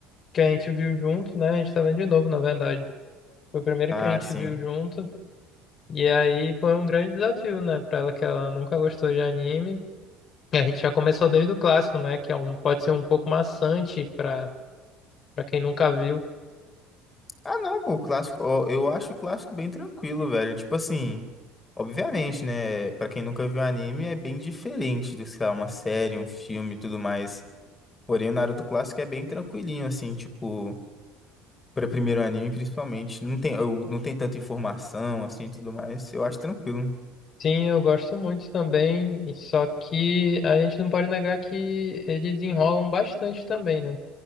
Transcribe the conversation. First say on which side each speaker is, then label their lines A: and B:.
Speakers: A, on the left (about 45°); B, on the left (about 20°).
A: que a gente viu junto, né? A gente tá vendo de novo, na verdade. Foi o primeiro
B: Ah,
A: que a gente
B: sim.
A: viu junto. E aí foi um grande desafio, né, pra ela que ela nunca gostou de anime. E a gente já começou desde o clássico, né? Que é um, pode ser um pouco maçante para para quem nunca viu.
B: Ah, não, pô, o clássico, ó, eu acho o clássico bem tranquilo, velho. Tipo assim, obviamente, né? Pra quem nunca viu anime, é bem diferente do, sei lá, uma série, um filme e tudo mais. Porém, o Naruto clássico é bem tranquilinho, assim, tipo, para primeiro anime, principalmente. Não tem, eu, não tem tanta informação, assim, e tudo mais. Eu acho tranquilo.
A: Sim, eu gosto muito também, e só que a gente não pode negar que eles enrolam bastante também, né?